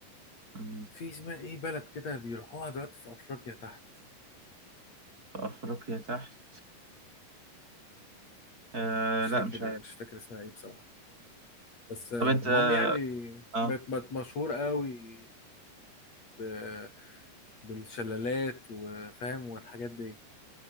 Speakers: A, on the right; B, on the left.
A: آه،
B: في اسمها ايه بلد كده بيروحوها دلوقتي في افريقيا تحت
A: في أفريقيا تحت آه
B: مش
A: لا
B: فاكر
A: مش عارف
B: مش فاكر اسمها ايه بصراحه بس آه،
A: طب أنت
B: المهم يعني
A: آه
B: بقت بقت مشهور قوي ب- بالشلالات وفاهم والحاجات دي